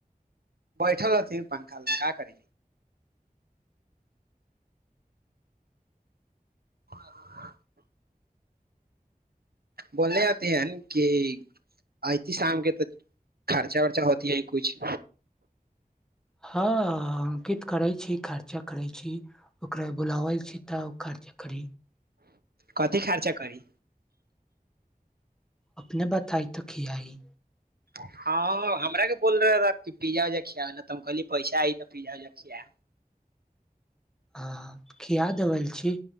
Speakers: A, on the right; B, in the centre.
A: बैठलथि पंखा लंखा करी ह बोलने आते है कि अयती शाम के तऽ खर्चा वर्चा होती है कछ
B: हँ अंकित करै छी खर्चा करै छी ओकरा बुलावल छै तऽ खर् कड़
A: कथी खर्चा करी
B: अपने बात आई तऽ खियाइ
A: हँ हमरराे बोल रहे ता कि पिज्जा उज्जा खियाआवला तऽ हम कहलिय पैसा आइ तऽ पिज्ज उजा खिया
B: हँ किया देबल छी